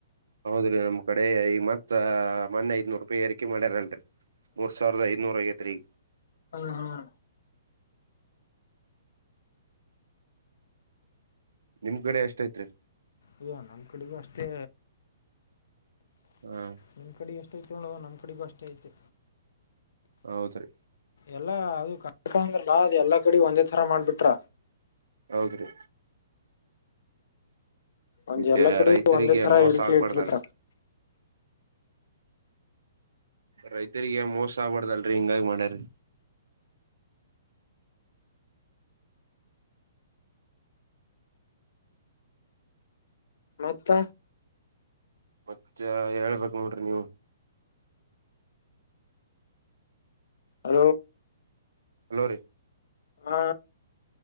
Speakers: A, on the right; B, on the left.
A: ಹೌದ್ರಿ ನಮ್ ಕಡೆ ಈ ಮತ್ ಮೊನ್ನೆ ಐದನೂರು ರೂಪಾಯಿ ಏರಿಕೆ ಮಾಡ್ಯಾರಲ್ರರಿ ಮೂರ್ ಸಾವಿರದ ಐ ನೂರಐವತ್ತು ರೀ
B: ಹ್ಮ ಹ್ಮ
A: ನಿಮ್ ಕಡೆ ಎಷ್ಟ ಐತ್ರಿ
B: ಈದು ನಮ್ಮ ಕಡೆಗೂ ಅಷ್ಟೇ
A: ಹ್ಮ್
B: ನಿಮ್ ಕಡೆ ಎಷ್ಟ ಐತ ನೋಡ ನಮ್ ಕಡೆಗೂ ಅಷ್ಟೇ ಐತೆ
A: ಹೌದ್ರೀ
B: ಎಲ್ಲಾ ಅದು ಕನ್ಫರ್ಮ್ ಇರ್ಲಾ ಅದು ಎಲ್ಲಾ ಕಡೆ ಒಂದೇ ತರ ಮಾಡ್ಬಿಟ್ರ
A: ಹೌದ್ರಿ
B: ಒಂದ್
A: ಮತ್ತೆ
B: ಎಲ್ಲಾ ಕಡೆ
A: ರೈತರಿಗೆ
B: ಒಂದೇ ತರ
A: ಮೋಸ
B: ಏರಿಕೆ
A: ಆಗ್ಬಾರ್ದಲ್ರರಿ
B: ಇಟ್ಬಿಟ್ಟ
A: ರೈತರಿಗೆ ಮೋಸ ಆಬಾರ್ದಲ್ರರಿ ಹಿಂಗಾಗಿ ಮಾಡ್ಯಾರರಿ
B: ಮತ್ತ
A: ಮತ್ತೆ ಹೇಳ್ಬೇಕು ನೋಡ್ರಿ ನೀವು
B: ಅ
A: ಹಲೋ ರರಿ
B: ಹಾ